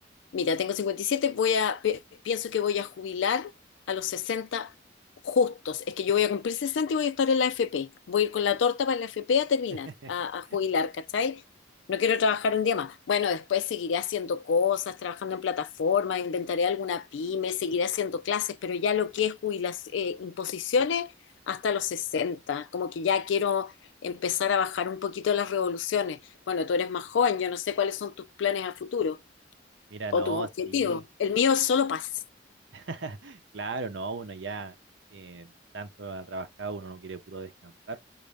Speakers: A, on the left; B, on the right.
A: Mira, tengo 57, voy a, pi- pienso que voy a jubilar a los 60 justos. Es que yo voy a cumplir 60 y voy a estar en la AFP. Voy a ir con la torta para la AFP a terminar,
B: <laughs>
A: a, a jubilar, ¿cachai? No quiero trabajar un día más. Bueno, después seguiré haciendo cosas, trabajando en plataformas, inventaré alguna pyme, seguiré haciendo clases, pero ya lo que es jubilación, imposiciones hasta los 60. como que ya quiero empezar a bajar un poquito las revoluciones. Bueno, tú eres más joven, yo no sé cuáles son tus planes a futuro
B: mira,
A: o
B: no,
A: tus objetivos.
B: sí.
A: El mío es solo paz.
B: <laughs> Claro, no, uno ya eh, tanto ha trabajado, uno no quiere puro descansar.